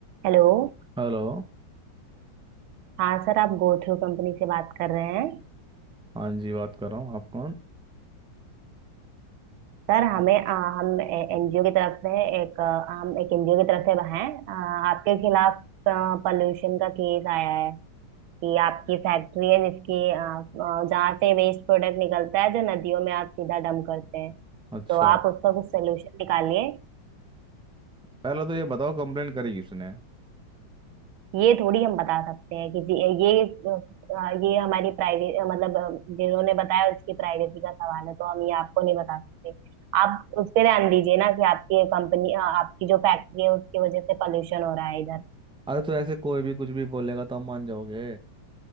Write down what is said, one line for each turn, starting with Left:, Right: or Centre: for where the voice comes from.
Right: Hello
Centre: Hello
Right: हाँ sir आप गोथ्रू कंपनी से बात कर रहे हैं
Centre: हाँ जी बात कर रहा हूँ आप कौन
Right: सर हमें अ, हम एनजीओ की तरफ से एक अ, हम एक एनजीओ की तरफ से हैं अ, आपके खिलाफ पोल्यूशन का केस आया है कि आपकी फैक्ट्री है जिसकी अ, अ, जहाँ से वेस्ट प्रोडक्ट निकलता है जो नदियों में आप सीधा डंप करते हैं
Centre: अच्छा
Right: तो आप उसका कुछ सोल्यूशन निकालिए
Centre: पहले तो ये बताओ कंप्लेंट करी किसने
Right: ये थोड़ी हम बता सकते हैं कि जी- ये अ, ये हमारी प्राइवेट मतलब अ, जिन्होंने बताया उसकी प्राइवेसी का सवाल है तो हम ये आपको नहीं बता सकते आप उस पे ध्यान दीजिए ना कि आपकी कंपनी आपकी जो फैक्ट्री है उसकी वजह से पॉल्यूशन हो रहा है इधर
Centre: अरे तो ऐसे कोई भी कुछ भी बोलेगा तो आप मान जाओगे